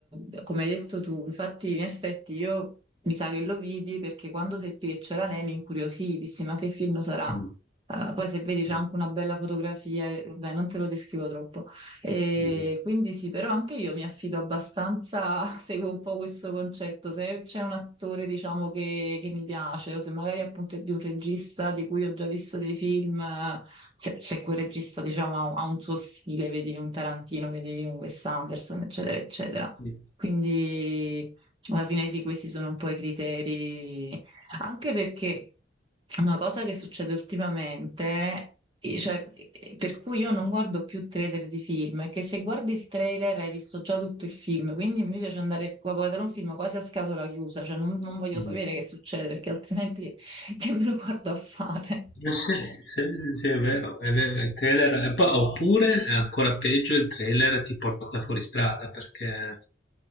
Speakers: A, on the right; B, on the left.
A: eh, come hai detto tu, infatti in effetti io mi sa che lo vidi perché quando seppi che c'era lei mi incuriosì, dissi ma che film sarà?
B: Mh,
A: Eh, poi se vedi c'è
B: mh,
A: anche una bella fotografia, eh, beh non te lo descrivo troppo. E
B: mh,
A: quindi sì, però anche io mi affido abbastanza, <laughs> seguo un po' questo concetto, se c'è un attore diciamo che, che mi piace o se magari appunto è di un regista di cui ho già visto dei film eh, se, se quel regista, diciamo, ha un, ha un suo stile, vedi un Tarantino, vedi un Wes Anderson, eccetera, eccetera.
B: mh,
A: Quindi alla fine sì, questi sono un po' i criteri, anche perché una cosa che succede ultimamente, eh, cioè, eh, per cui io non guardo più trailer di film, è che se guardi il trailer hai visto già tutto il film, quindi mi piace andare a guardare un film quasi a scatola chiusa, cioè non, non voglio
B: mh,
A: sapere
B: mh.
A: che succede, perché altrimenti <laughs> che me lo guardo a fare?
B: Ma sì, sì, sì, sì, è vero, è vero, il trailer, e poi- oppure è ancora peggio, il trailer ti porta fuori strada perché